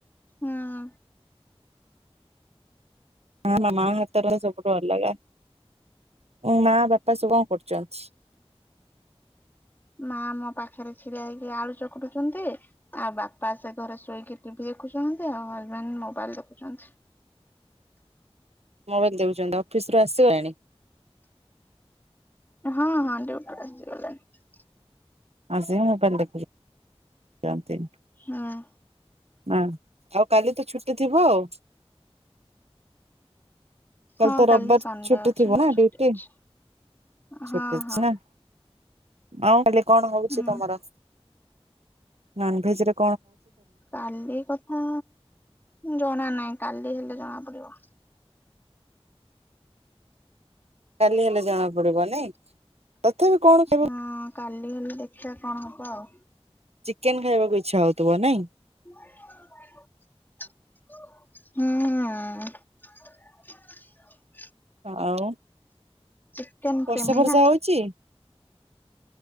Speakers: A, on the left; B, on the right.
A: ହଁ।
B: ହଁ ମୋ ମା ହାତ ର <inaudible> ସବୁୁଠୁ ଅଲଗା। ଉଁ, ମା, ବାପା ସବୁ କଣ କରୁଚନ୍ତି?
A: ମା ମୋ ପାଖରେ ଛିଡା ହେଇକି ଆଳୁ ଚକଟୁଚନ୍ତି। ଆଉ ବାପା ସେ ଘରେ ଶୋଇକି ଟିଭି ଦେଖୁଛନ୍ତି। ଆଉ ହଜବେଣ୍ଡ ମୋବାଇଲ୍ ଦେଖୁଛନ୍ତି।
B: ମୋବାଇଲ୍ ଦେଉଚନ୍ତି। ଅଫିସ୍ ରୁ ଆସଗଲେଣି?
A: ହଁ, ହଁ ଡିଉଟିରୁ ଆସିଗଲେଣି।
B: ଆସିକି ମୋବାଇଲ୍ ଦେଖୁଛ ଚନ୍ତି।
A: ହଁ।
B: ମା ଆଉ କାଲି ତ ଛୁଟି ଥିବ ଆଉ। କାଲି
A: ହଁ
B: ତ ରବବାର
A: ସଣ୍ଡେ
B: ଛୁଟି
A: ଅଛି
B: ଥିବ ନା
A: ଛୁଟି
B: ଡିଉଟି?
A: ଅଛି ହଁ
B: ଛୁଟି ଅଛି
A: ହଁ
B: ନା। ଆଉ କାଲି କଣ ହଉଛି
A: ହୁଁ
B: ତୋମର? ନନଉେଜ୍ ର
A: କାଲି କଥା ଜଣା ନାହିଁ। କାଲି ହେଲେ ଜଣା ପଡିବ।
B: କାଲି ହେଲେ ଜଣା ପଡିବ ନାଇଁ? ତଥାପି କଣ ଖାଇବ
A: ହଁ କାଲି ହେଲେ ଦେଖିଆ କଣ ହବ ଆଉ।
B: ଚିକେନ୍ ଖାଇବାକୁ ଇଚ୍ଛା ହଉଥିବ ନାଇଁ।
A: ହଁ ଆଁ, <unintelligible>
B: ଆଉ
A: ଚିକେନ୍
B: ବର୍ଷା
A: ପ୍ରେମି
B: ଫର୍ଷା
A: ନା।
B: ହଉଛି